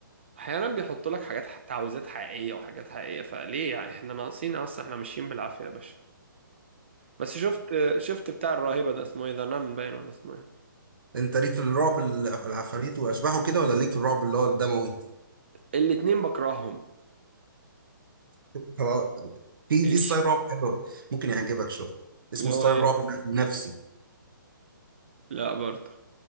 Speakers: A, on the right; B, on the right.
A: احيانا بيحط لك حاجات ح- تعويذات حقيقية وحاجات حقيقية فليه يعني احنا ناقصين اصلا احنا ماشيين بالعافية يا باشا بس شفت شفت بتاع الراهبة ده اسمه ايه ذا نان باين ولا اسمه ايه
B: انت ليك في الرعب ال- العفاريت واشباح وكده ولا ليك في الرعب اللي هو الدموي
A: الاتنين بكرههم
B: طب في
A: عيش
B: في ستايل رعب حلو ممكن يعجبك شويه اسمه
A: اللي هو
B: ستايل
A: ايه
B: رعب نفسي
A: لا برضه